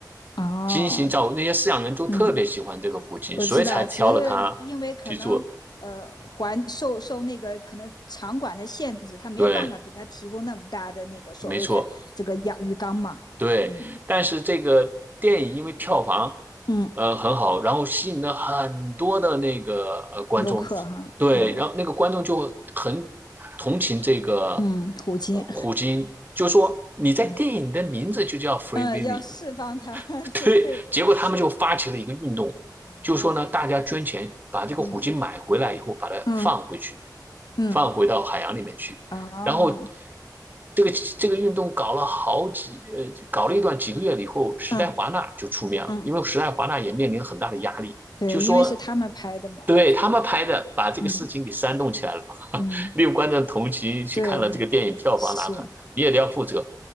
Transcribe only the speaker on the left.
哦，
嗯我知道，
只是因为可能呃环受受那个可能场馆的限制，他没有办法给他提供那么大的那个所谓的这个养鱼缸嘛。
嗯
嗯
游客哈啊
嗯，虎鲸，
哎
嗯，
要释放它，<laughs>
对对是
哦，
嗯
嗯嗯
哦，
嗯嗯，
对，
因为是他们拍的嘛。
嗯嗯
对是